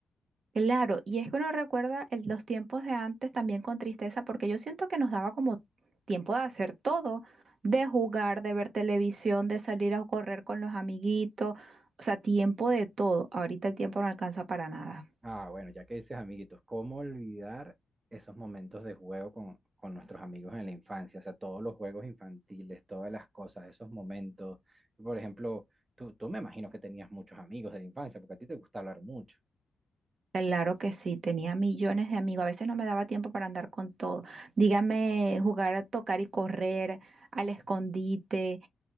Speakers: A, on the right (about 65°); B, on the right (about 35°).
A: Claro, y es que uno recuerda el- los tiempos de antes también con tristeza, porque yo siento que nos daba como tiempo de hacer todo, de jugar, de ver televisión, de salir a correr con los amiguitos, o sea, tiempo de todo. Ahorita el tiempo no alcanza para nada.
B: Ah, bueno, ya que dices amiguitos, ¿cómo olvidar esos momentos de juego con, con nuestros amigos en la infancia? O sea, todos los juegos infantiles, todas las cosas, esos momentos. Por ejemplo, tú, tú me imagino que tenías muchos amigos de la infancia, porque a ti te gusta hablar mucho.
A: Claro que sí, tenía millones de amigos, a veces no me daba tiempo para andar con todo. Dígame, jugar a tocar y correr, al escondite,